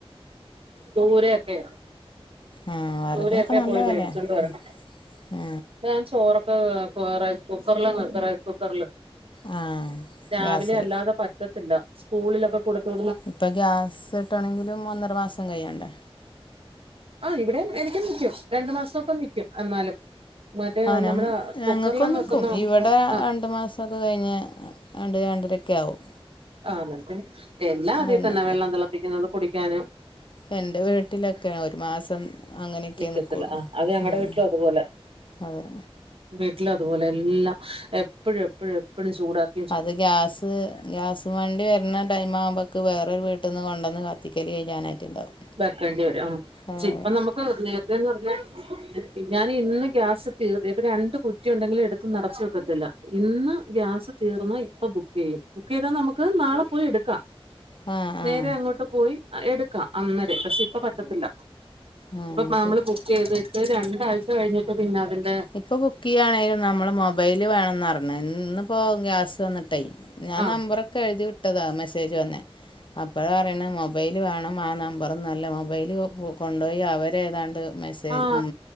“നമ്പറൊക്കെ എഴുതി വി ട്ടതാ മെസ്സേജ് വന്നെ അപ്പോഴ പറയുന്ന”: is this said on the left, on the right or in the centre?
Left